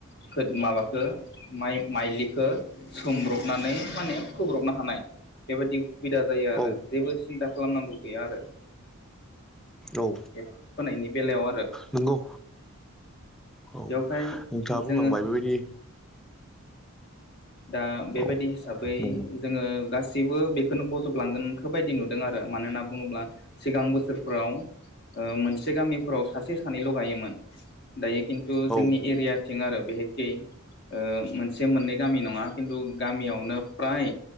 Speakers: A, on the left (about 50°); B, in the centre.
A: ख माबााख माइ माइलिखौ सोमब्रबनानै माने खोब्रबनो हानाय बेबायदि सुबिदा जायो आरो
B: औ
A: जेबो सिन्था खालामनांगौ गैया आरो
B: औ
A: बे फोनायनि बेलायाव आरो
B: नंगौ औ
A: बेवहाय
B: नोंथाङा बुंलांबाय
A: जोङो
B: बेबायदि
A: दा बेबायदि
B: औ
A: हिसाबै
B: नों
A: जोङो गासिबो बेखौनो बजबलांगोनखौ बायदि नुदों आरो मानो होनना बुङोब्ला सिगां बोसोरफ्राव मोनसे गामिफोराव सासे सानैल' गायोमोन दायो खिन्थु
B: औ
A: जोंनि एरियाथिं आरो बेहायखि मोनसे मोननै नंङा खिनथु गामियावनो फ्राय